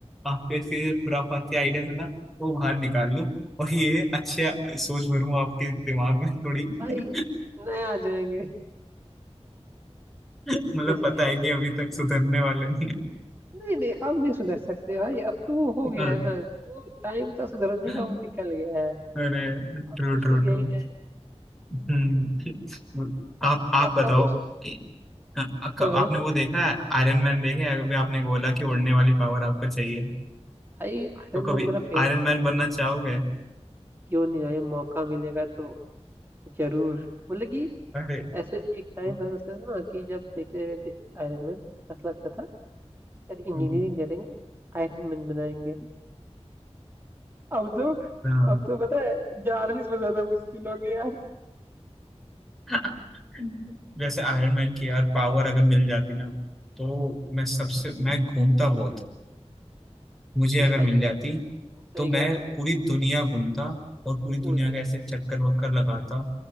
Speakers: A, in the centre; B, on the right (about 20°).
A: आपके इसके जो खुराफाती आइडियाज है ना वो बाहर निकाल लूं और ये अच्छे सोच भरूं आपके दिमाग में थोड़ी
B: भाई
A: <laughs>
B: नए आ जाएंगे
A: मतलब
B: इसलिए
A: पता है कि अभी तक सुधरने वाला नहीं
B: नहीं नहीं नहीं अब नहीं सुधर सकते भाई अब तो वो हो गया
A: है
B: है ना जो टाइम था सुधरने
A: हाँ।
B: का वो निकल गया है
A: अरे
B: अब
A: True
B: तो सिर्फ
A: true
B: यही
A: true
B: टाइम
A: हम्म आप आप
B: अब
A: बताओ कि- अ- अ-
B: हाँ
A: आपने वो देखा है आयरन मैन देखा है अभी आपने बोला कि उड़ने वाली पावर आपको चाहिए
B: भाई आयरन
A: तो कभी
B: मैन मेरा फेवरेट
A: आयरन
B: कैरेक्टर
A: मैन बनना चाहोगे
B: है क्यों नहीं आए मौका मिलेगा तो जरूर मतलब कि
A: अरे
B: ऐसे एक
A: हम्म,
B: टाइम पता लगता था ना कि जब देखते रहे आयरन मैन ऐसा लगता था यार इंजीनियरिंग
A: हम्म,
B: करेंगे आयरन मैन बनाएंगे अब तो
A: हाँ,
B: अब तो पता है जार्विस बनाना मुश्किल हो गया है।
A: <laughs> हम्म। वैसे आयरन मैन की यार पावर अगर मिल जाती ना तो मैं सबसे मैं घूमता बहुत मुझे अगर
B: भाई
A: मिल जाती
B: सही
A: तो मैं
B: कह रहे हो
A: पूरी दुनिया घूमता और पूरी दुनिया
B: उड़ के
A: का ऐसे चक्कर वक्कर लगाता